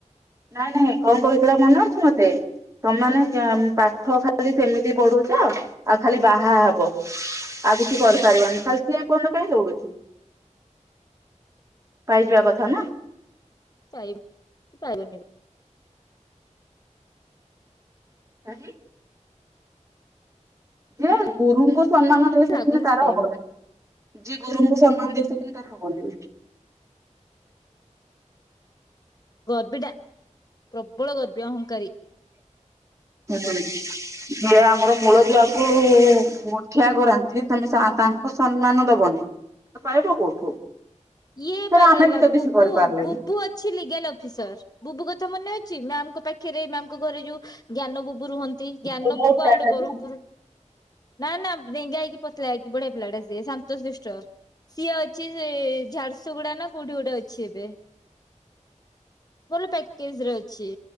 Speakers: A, on the right; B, on the left.
A: ନାଇଁ ନାଇଁ କଁ କଇଥିଲା ମନେ ଅଛି ମୋତେ ତମାନେ ପାଠ ଖାଲି ସେମିତି ପଢୁଚ ଆଉ ଖାଲି ବାହା ହବ। ଆଉ କିଛି କରିପାରିବନି ଖାଲି ସିଏ <unintelligible> ପାଇଁଁ ଦୌଡ଼ୁଉଚି। ପାଇଯିବା କଥାନା।
B: <unintelligible> ସେପାଇବେନିବି
A: <unintelligible> ନାଁ
B: ମତେ
A: ଗୁରୁଙ୍କୁ ସମ୍ମାନ ଦେଲେ ସେଥିରେ
B: ଲାଗୁନି
A: ତାର
B: ସେ ପାଇବ
A: ହବ <unintelligible> ଯିଏ ଗୁରୁଙ୍କୁ ସମ୍ମାନ ଦେଇସକିନି ତାର ହବନି।
B: ଗର୍ବିଟା ପ୍ରବଳ ଗର୍ବୀ ଅହଂଙ୍କାରୀ।
A: ହବନି ଯିଏ ଆମର କୂଳ ଦୁଆକୁ ଗଠିଆ କରାନ୍ତି ତମେ ସେସମ୍ମାନ ଦବନି ସେପାଇବ କୋଉଠୁ
B: ଇଏ
A: ସେଟା
B: ପାଇଗଲା
A: ଆମେ ବି ତ
B: ବୁବୁ
A: କିଛି କରିପାରିଲେନି।
B: ବୁ ବୁ ଅଛି ଲିଗାଲ ଅଫିସର୍ ବୁବୁ କଥା ମନେ ଅଛି ମ୍ୟାମଙ୍କ ପାଖରେ ମ୍ୟାମଙ୍କ ଘରେ ଯୋଉ ଜ୍ଞାନ ବୁବୁ ରୁହନ୍ତି ଜ୍ଞାନ
A: ଗର୍ବିୟ
B: ବୁବୁ ଆଉ ଗୋଟେ
A: ଟା
B: ବ୍ରହ୍ମପୁର ନା ନା ଡେଙ୍ଗା ହେଇକି ପତଲା ହେଇକି ବଢିଆ ପିଲାଟେସେ ସନ୍ତୋ ଶିଷ୍ଟ ସିଏ ଅଛି ସେ ଝଡ଼ସୁଗଡ଼ାନା କୋଉଠି ଗୋଟେ ଅଛି ଏବେ ଭଲ ପ୍ୟାକେଜରେ ଅ ଛି